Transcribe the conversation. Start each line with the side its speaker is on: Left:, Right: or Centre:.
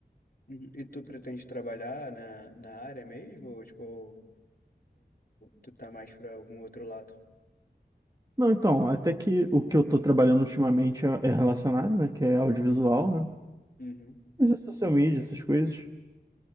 Left: Uhum. E tu pretende trabalhar na, na área mesmo? Ou, tipo, ou, tu tá mais pra algum outro lado?
Right: Não, então, até que o que eu tô trabalhando ultimamente é é relacionado, né? Que é audiovisual, né?
Left: Uhum.
Right: Mas é social media, essas coisas.